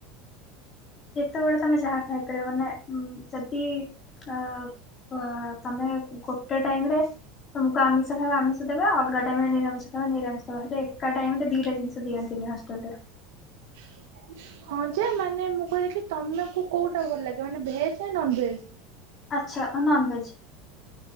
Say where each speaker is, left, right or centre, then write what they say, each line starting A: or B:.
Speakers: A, on the left; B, on the right.
A: ଯେତେବେଳେ ତମେ ଯାହା ଖାଇପାରିବ ନା ଯଦି ଅ ତମେ ଗୋଟେ ଟାଇମ ରେ ତମକୁ ଆମିଷଖାଇବା ଆମିଷ ଦେବା ଆ ଅଲଗା ଟାଇମ ରେ ନିରାମିଷ ଖବା ନିରାମିଷ ଦେବା ହେଲେ ଏକା ଟାଇମ ରେ ଦିଟା ଜିନିଷ ଦିଅନ୍ତିି। ଆମ ହଷ୍ଟେଲ ରେ।
B: <inaudible> ହଁ ଯେ ମାନେ ମୁଁ କହିଲେ କି ତମକୁ କୋଉଟା ଭଲ ଲାଗେ ମାନେ ଭେଜ ନା ନନ ଭେଜ?
A: ଆଛା! ଆ ନନଭେଜ୍।